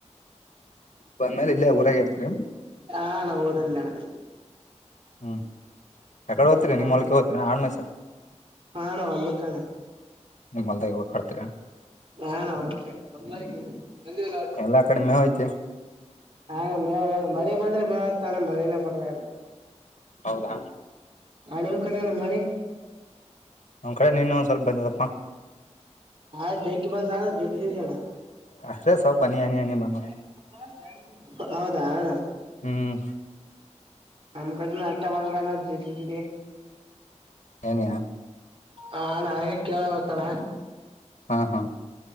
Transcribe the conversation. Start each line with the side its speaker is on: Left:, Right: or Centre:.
Left: ಬಂದ ಮೇಲೆ ಇಲ್ಲೇ ಊರಾಗ ಇರ್ತಾರೆರಿ
Right: ಆಣ ಊರಲ್ಲಣ
Left: ಹ್ಮ್ ಯಕಡೆಓದ್ತರಿ
Right: ಹ
Left: ನಿಮ್ಮ ಹೊಲ್ಕೆ ಹಓ್ತರಿ ಆ್ಮ ಸತ
Right: ಹಣ ಒಲ್ಲಕ್ಕಣ
Left: ನಿಮ್ ಅಲ್ದ ಹ ಹಾಡ್ತೀ
Right: ನಳಾಳ ನ
Left: ಎಲ್ಲಾ ಕಡೆ ಮೇವ್ ಐತಿ
Right: ಹ ಮ ಮಳಿ ಬಂದ್ರೆ ಮೇವ ತ ಮಳಿನೇ ಪರ್ವ
Left: ಹೌದಾ
Right: ಆಣಮ ಕತೆ ನಮ್ಮಿ
Left: ನಮ್ಮ್ ಕಡೆ ನಿನ್ನಂದ್ ಸ್ವಲ್ಪ ಬಂದಪ್ಪ
Right: ಹಾ ದಗಿ ಬದ ದ ದಿ ಜಣ
Left: ಅಷ್ಟೇ ಸ್ವಲ್ಪ ಹನಿ ಹನಿ
Right: <inaudible>
Left: ಹನಿ ಬಂದ
Right: ಹೌದಾ ಅಣ್ಣ
Left: ಹ್ಮ್
Right: ಅಮಕ ಅ ಆಟಾ ಬಾಗಲ್ಲ <inaudible>
Left: ಏನಯಾ
Right: ಹ ನಗೆ ಕೇಳ ಬತಣ
Left: ಹಾ ಹಾ